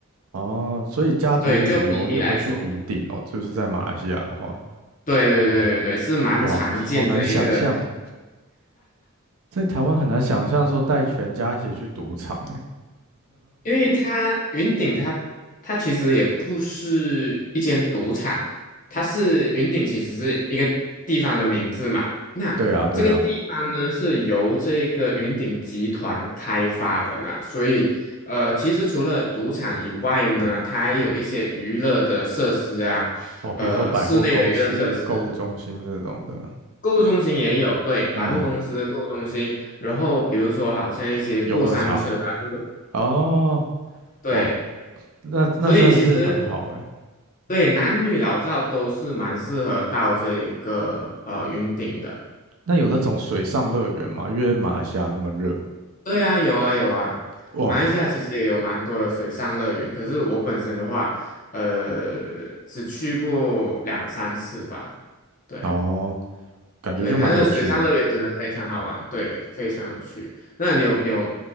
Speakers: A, on the right; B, on the left.
A: 哦，所以家族旅游也会去云顶哦，
B: 对，就比例来说，
A: 就是在马来西亚的话。
B: 对对对对对，是蛮常见的一个。
A: 哇，好难想象哦。在台湾很难想象说带全家一起去赌场诶。哎
B: 因为它云顶它它其实也不是一间赌场，它是云顶其实是一个地方的名字嘛。那这个地方呢是由这个云顶集团开发的呢，
A: 对啊，对啊，
B: 所以呃，其实除了赌场以外呢，它还有一些娱乐的设施啊，
A: 哦，比如说百货公司、
B: 呃，室内的娱乐设施，
A: 购物中心这种的，
B: 购物中心也有，对，百货公司购物中心，
A: 嗯，
B: 然后比如说好像一些过山车啊这种，
A: 游乐场，哦，
B: 对。
A: 哇，那那真的是很好诶。
B: 所以其实
A: 欸
B: 对，男女老少都是蛮适合到这一个呃云顶的。
A: 那有那种水上乐园吗？因为马来西亚那么热，
B: 对啊，有啊有啊，
A: 哇，
B: 马来西亚其实也有蛮多的水上乐园，可是我本身的话，呃，只去过两三次吧。对
A: 哦，感觉就蛮有趣的。
B: 对，但是水上乐园真的非常好玩，对，非常有趣。那你有你有